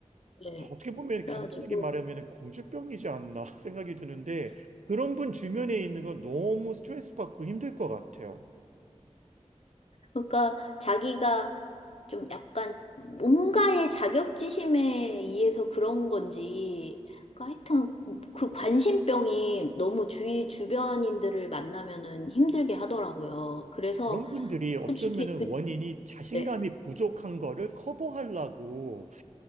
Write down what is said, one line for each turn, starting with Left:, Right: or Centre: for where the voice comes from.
Left: 네.
Right: 아, 어떻게 보면
Left: 그래가지고,
Right: 간단하게 말하면 공주병이지 않나 <laughs> 생각이 드는데 그런 분 주변에 있는 거 너무 스트레스 받고 힘들 것 같아요.
Left: 그러니까 자기가 좀 약간 뭔가의 자격지심에 의해서 그런 건지, 그 하여튼 그 관심병이 너무 주위 주변인들을 만나면은 힘들게 하더라고요. 그래서
Right: 그런 분들이 어쩌면은
Left: 솔직히 그,
Right: 원인이 자신감이
Left: 네.
Right: 부족한 거를 커버하려고